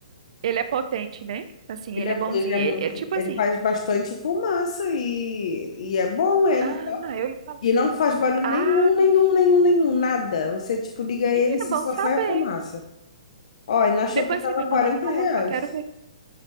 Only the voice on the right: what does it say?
ele é potente, né? Assim,
ele
é bonzinho.
Ele,
ele tipo
assim,
ah,
eu ia falar,
ah,
menina,
bom saber.
Depois
você me
manda foto,
que eu quero ver.